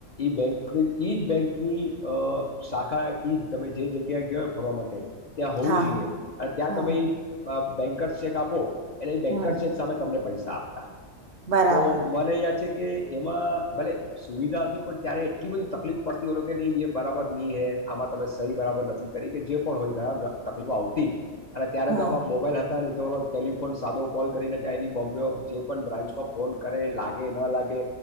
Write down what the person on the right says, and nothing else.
હા
હા
હમ
હમ
બરાબર
હમ